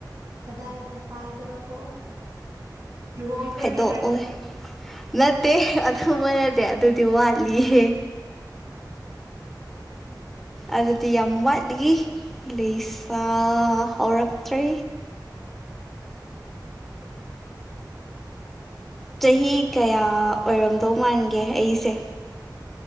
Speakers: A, on the right (about 50°); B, in the centre.
A: ꯀꯗꯥꯏꯗ ꯄꯥꯏꯗꯣꯔꯕꯣ ꯂꯨꯍꯣꯡꯈ꯭ꯔꯒꯦ
B: ꯍꯥꯏꯗꯣꯛꯑꯣꯏ
A: ꯍꯥꯏꯕ꯭ꯔꯣ
B: ꯅꯠꯇꯦ ꯑꯗꯨ ꯅꯠꯇꯦ ꯑꯗꯨꯗꯤ ꯋꯥꯠꯂꯤꯍꯦ
A: ꯎꯝ
B: ꯑꯗꯨꯗꯤ ꯌꯥꯝ ꯋꯥꯠꯂꯤ ꯂꯩꯁꯥ ꯍꯧꯔꯛꯇ꯭ꯔꯦ ꯆꯍꯤ ꯀꯌꯥ ꯑꯣꯏꯔꯝꯗꯧ ꯃꯥꯟꯒꯦ ꯑꯩꯁꯦ